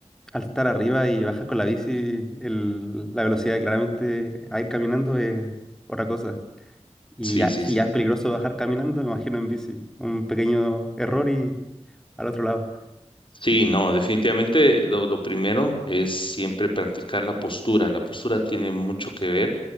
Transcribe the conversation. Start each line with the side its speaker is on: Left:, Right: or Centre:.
Centre: al estar arriba y bajar con la bici, el- la velocidad claramente a ir caminando es otra cosa. Y
Left: Sí,
Centre: ya,
Left: sí,
Centre: si
Left: sí.
Centre: ya es peligroso bajar caminando, me imagino en bici. Un pequeño error y al otro lado.
Left: Sí, no, definitivamente lo, lo primero es siempre practicar la postura. La postura tiene mucho que ver,